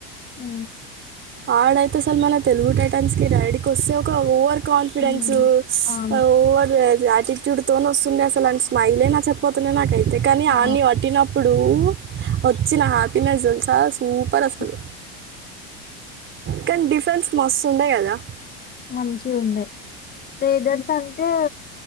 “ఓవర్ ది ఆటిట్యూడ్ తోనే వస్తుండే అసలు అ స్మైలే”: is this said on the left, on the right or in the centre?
Right